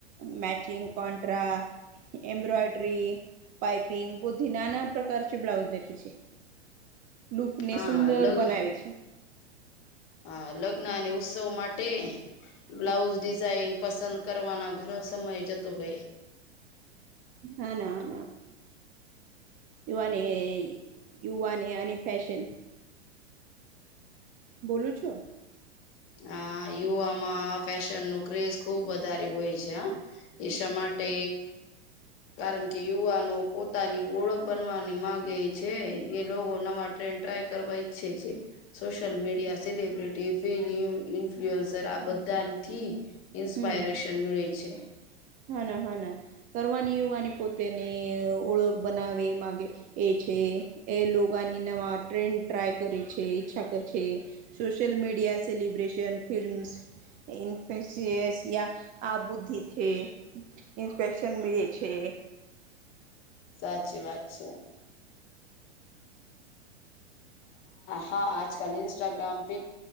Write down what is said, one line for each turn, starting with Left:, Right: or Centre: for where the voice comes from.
Right: મેચિંગ કોંન્ટ્રા એમ્બ્રોયડરી પપિંગ બુધી નાના પ્રકાર છે બ્લાઉઝ દખી છે લુક ને
Left: હા
Right: સુંદર
Left: લગ
Right: બનાવે છે
Left: હા લગ્ન અને ઉત્સવ માટે બ્લાઉઝ ડિઝઇન પસંદ કરવાનો ઘણો સમય જતો હોય
Right: હના હના ુવાને યુવાને અને અને ફૅેશન બોલું છો
Left: આ યુવામાં ફેશન ન ક્રેઝ ખુબ વધારે હોય છે હ એ શ માટે કારણ કે યુવાનો પોતાની ઓળખ બનવાની મામાંગે છે એ લોકો નવા ટ્રેન્ડ ટ્રાય કરવા ઈચ્છે છે સોશિયલ મીડિયા સેલિબ્રિટી ફમ ઇન્ફ્લુઅન્સર આ બધાથી ઇન્સ્પાયરેશન
Right: હમ
Left: મળે છે
Right: હા ના હા ના કરવાની એયવાની પોતેની ઓળખ બનાવે એ માગે એ છે એ લોાની નવા ટ્રેન્ડ ટ્રાય કરે છે ઈચ્છા કરે છે સોશલ મીડિયા સેલિબ્રેશન ફિલ્મ્સ ઇફ્સિયસ યા આબુદ્ધિ થે ઇન્સ્પેક્શન મળે છે
Left: સાચી વાત છે હા આજકાલ ન્સ્ટાગ્રામ